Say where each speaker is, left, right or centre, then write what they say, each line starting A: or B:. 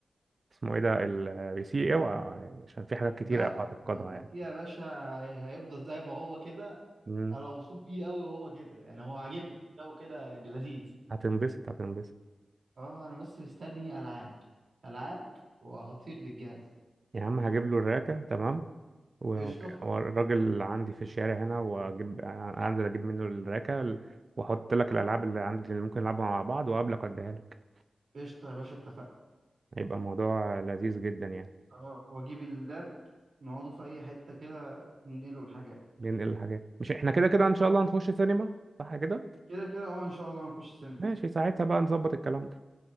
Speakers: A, on the right (about 40°); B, on the right (about 60°).
A: اسمه ايه ده البي سي اوعى يعني عشان في حاجات كتيره
B: لا
A: اوعى تفقدها
B: البي
A: يعني
B: سي يا باشا هي- هيفضل زي ما هو كده
A: مم.
B: انا مبسوط بيه قوي هو كده يعني هو عاجبني لو كده لذيذ
A: هتنبسط هتنبسط
B: اه انا بس مستني العاب العاب وهطير بالجهاز
A: يا عم هجيب له الراكه تمام و-
B: قشطه
A: والراجل عندي في الشارع هنا واجيب انزل اجيب منه الراكه واحط لك الالعاب اللي عندي اللي ممكن نلعبها مع بعض وقابلك واديها لك
B: قشطه يا باشا اتفقنا
A: هيبقى الموضوع لذيذ جدا يعني
B: اه واجيب اللاب نقعده في اي حته كده ننقله الحاجات
A: ننقل الحاجات مش احنا كده كده ان شاء الله هنخش سينما صح كده
B: كده كده اه ان شاء الله هنخش السينما
A: ماشي ساعتها بقى نظبط الكلام ده